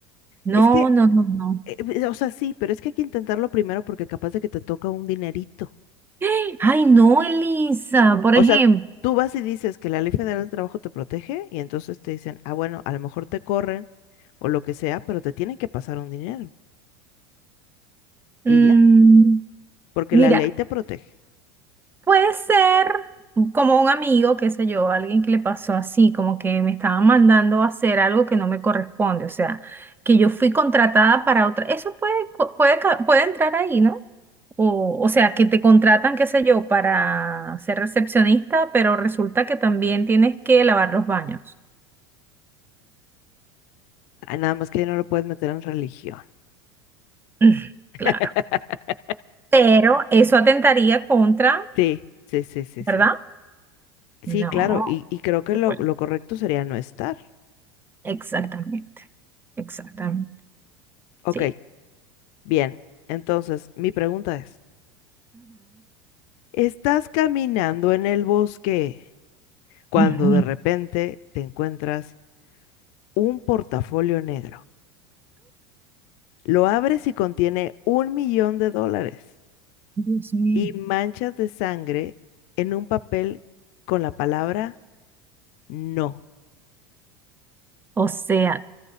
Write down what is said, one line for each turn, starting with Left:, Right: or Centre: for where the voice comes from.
Right: No,
Left: Es que,
Right: no, no, no.
Left: eh, eh, o sea, sí, pero es que hay que intentarlo primero porque capaz de que te toca un dinerito.
Right: <gasps> Ay, no, Elisa, por
Left: O
Right: ejemplo.
Left: sea, tú vas y dices que la ley federal del trabajo te protege y entonces te dicen, ah, bueno, a lo mejor te corren o lo que sea, pero te tienen que pasar un dinero. Y
Right: Mm,
Left: ya. porque
Right: mira.
Left: la ley te protege.
Right: Puede ser como un amigo, qué sé yo, alguien que le pasó así, como que me estaban mandando a hacer algo que no me corresponde, o sea, que yo fui contratada para otra. Eso puede, co- puede, ca- puede entrar ahí, ¿no? O, o sea, que te contratan, qué sé yo, para ser recepcionista, pero resulta que también tienes que lavar los baños.
Left: Ah, Nada más que ya no lo puedes meter en religión.
Right: Mm,
Left: <laughs>
Right: Claro. Pero eso atentaría contra,
Left: Sí, sí, sí, sí,
Right: ¿verdad?
Left: sí. Sí,
Right: No,
Left: claro, y, y creo que
Right: Se
Left: lo,
Right: puede.
Left: lo correcto sería no estar.
Right: exactamente, exactamente.
Left: Ok,
Right: Sí.
Left: bien. Entonces, mi pregunta es, ¿estás caminando en el bosque cuando
Right: Ajá,
Left: de repente te encuentras un portafolio negro? Lo abres y contiene un millón de dólares
Right: Dios mío.
Left: y manchas de sangre en un papel con la palabra no.
Right: O sea,